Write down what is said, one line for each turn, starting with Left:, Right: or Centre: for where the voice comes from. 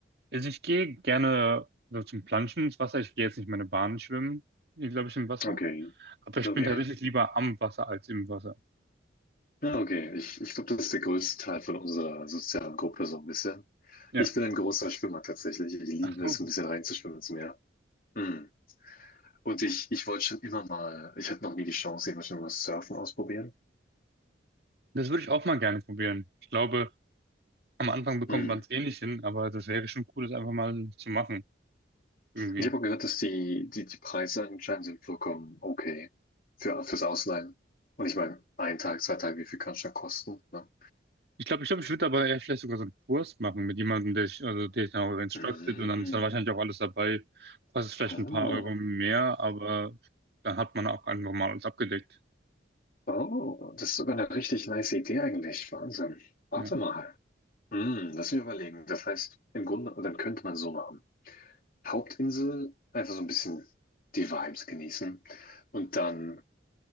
Right: Also ich gehe gerne so zum Planschen ins Wasser. Ich gehe jetzt nicht meine Bahn schwimmen, glaube ich, im Wasser.
Left: Okay,
Right: Aber ich
Left: okay.
Right: bin tatsächlich lieber am Wasser als im Wasser.
Left: Ja, okay. Ich, ich glaube, das ist der größte Teil von unserer sozialen Gruppe so ein bisschen.
Right: Ja.
Left: Ich bin ein großer Schwimmer tatsächlich. Ich liebe
Right: Ach so.
Left: es, ein bisschen reinzuschwimmen ins Meer. Hm. Und ich, ich wollte schon immer mal, ich hatte noch nie die Chance, ich wollte schon mal Surfen ausprobieren.
Right: Das würde ich auch mal gerne probieren. Ich glaube, am Anfang bekommt
Left: Hm. Und
Right: man es eh nicht hin, aber das wäre schon cool, das einfach mal zu machen. Irgendwie.
Left: ich habe auch gehört, dass die, die, die Preise anscheinend sind vollkommen okay für, fürs Ausleihen. Und ich meine, ein Tag, zwei Tage, wie viel kann es schon kosten? Ne?
Right: Ich glaube, ich glaube, ich würde aber eher vielleicht sogar so einen Kurs machen mit jemandem, der ich, also der ich dann auch instructed
Left: Hm.
Right: und dann ist dann wahrscheinlich auch alles dabei. Kostet vielleicht
Left: Oh,
Right: ein paar Euro mehr, aber dann hat man auch einfach mal alles abgedeckt.
Left: oh, das ist sogar eine richtig nice Idee eigentlich. Wahnsinn. Warte
Right: Ja,
Left: mal. Hm, lass mich überlegen. Das heißt, im Grunde, dann könnte man so machen. Hauptinsel, einfach so ein bisschen die Vibes genießen und dann